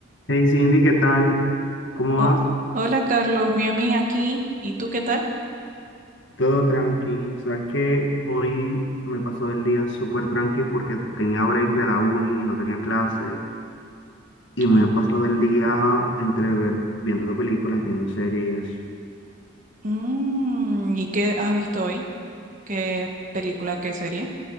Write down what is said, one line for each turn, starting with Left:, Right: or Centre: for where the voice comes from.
Left: Hey Cindy, ¿qué tal? ¿Cómo
Right: Ho-
Left: vas?
Right: hola Carlos, bien, bien aquí. ¿Y tú qué tal?
Left: Todo tranqui. Sabes que hoy me pasó el día súper tranqui porque tenía break de la uni y no tenía clase. Y
Right: Ah.
Left: me he pasado el día entre ver, viendo películas, viendo series y eso.
Right: Mm, ¿y qué has visto hoy? ¿Qué película, qué serie?